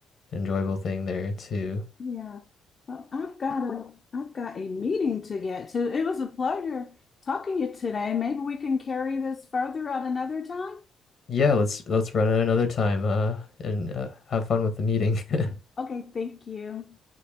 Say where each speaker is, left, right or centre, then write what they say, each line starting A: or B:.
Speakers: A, on the left; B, on the left.
A: enjoyable thing there too.
B: Yeah. Well, I've got a I've got a meeting to get to. It was a pleasure talking to you today. Maybe we can carry this further at another time.
A: Yeah, let's let's run it another time uh and uh, have fun with the meeting. <laughs>
B: Okay, thank you.